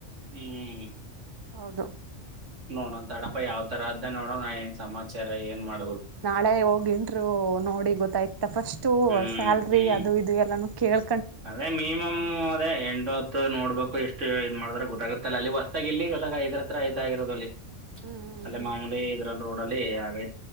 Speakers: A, on the right; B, on the right.
A: ಹ್ಮ್.
B: ಹೌದು.
A: ನೋೊಂದ ತಡಪ್ಪಾ ಯಾವ ತರ ಅ್ದ ನೋಡೋಣ ಏನ್ ಸಮಾಚಾರ ಏನ್ ಮಾಡ
B: ನಾಳೆ ಹೋಗಿ. ಟ್ರೂ ನೋಡಿ ಗೊತ್ತಾಯ್ತು ಪಫಸ್ಟು
A: ಹ್ಮ್
B: ಸ್ಯಾಲ್ರಿ
A: ಹ್ಮ್
B: ಅದು ಇದು ಎಲ್ಲಾನು ಕೇಳ್
A: ಅದೇ ಮಿನಿಮಮ್ ಅದೇ ಎಂಟ ಹೊತ್ತು ನೋಡ್ಬೇಕು ಎಷ್ಟು ಮಾಡಿದ್ರ ಗೊತ್ತಾಗುತ್ತಲ್ಲ ಅಲ್ಲಿ ಹೊಸದಾಗ ಎಲ್ಲಿ ಗತ್ತಾಗ ಐದರತ್ರ ಆಯತ ಆಗಿರದ ಅಲ್ಲಿ.
B: ಹ್ಮ್ ಹ್ಮ್
A: ಅಲ್ಲೇ
B: ಹ್ಮ್
A: ಮಾಮೂಲಿ ಇದ್ರಲ್ಲಿ ರೋಡ್ ಹಾಗೈ.